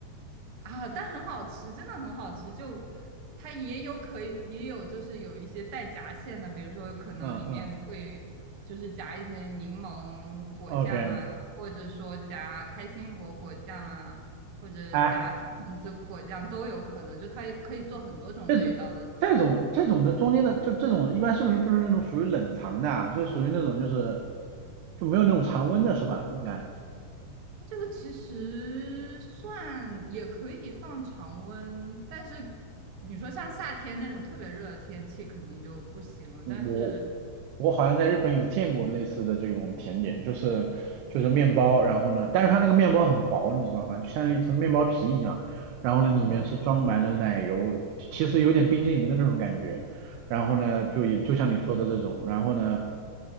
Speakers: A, on the right (about 65°); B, on the right (about 85°).
A: 啊，但很好吃，真的很好吃。就它也有可以，也有就是有一些带夹馅的，比如说可能里面会就是夹一些柠檬果酱啊，
B: 嗯嗯，OK，
A: 或者说夹开心果果酱啊，或者夹覆盆子果酱都有可能，
B: 哎，
A: 就它也可以做很多种味道的。
B: 这种这种这种的中间的这这种一般是不是就是那种属于冷藏的啊？是属于那种就是就没有那种常温的是吧？应该，
A: 它这个其实算也可以放常温，但是你说像夏天那种特别热的天气肯定就不行了。
B: 我
A: 但是
B: 我好像在日本有见过类似的这种甜点，就是就是面包，然后呢，但是它那个面包很薄，你知道吗？就像一层面包皮一样，然后呢，里面是装满了奶油，
A: 哦，没有
B: 其实有点冰激凌的那种感觉。然后呢，
A: 哦，
B: 就也就像你说的这种，
A: 对
B: 然后呢，